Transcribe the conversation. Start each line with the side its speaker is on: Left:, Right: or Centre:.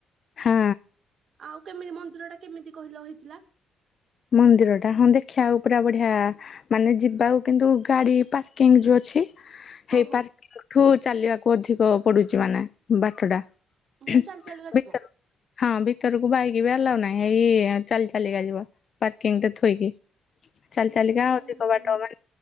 Left: ହଁ।
Right: ଆଉ କେମିତି ମନ୍ଦିରଟା କେମିତି କହିଲ ହେଇଥିଲା?
Left: ମନ୍ଦିରଟା ହଁ ଦେଖିଆକୁ ପୁରା ବଢିଆ ମାନେ ଯିବାକୁ କିନ୍ତୁ ଗାଡ଼ି ପାର୍କିଂ ଯୋଉ ଅଛି
Right: ହଁ
Left: ହେଇ
Right: ହଁ
Left: ପାର୍କଠୁ ଚାଲିବାକୁ ଅଧିକ ପଡୁଚି ମାନେ ବାଟଟା।
Right: ପୁଣି
Left: ଭିତର
Right: ଚାଲି ଚାଲିକା ଯିବ
Left: ଭିତରକୁ ହଁ ଭିତରକୁ ବାଇକି ବି ଆଲାଉ ନାହିଁ ଏଇ ଚାଲି ଚାଲିକା ଯିବ। ପାର୍କିଂ ରେ ଥୋଇକି ଚାଲି
Right: ହୁଁ
Left: ଚାଲିକା ଅଧିକ ବାଟ
Right: ହୁଁ
Left: ବା।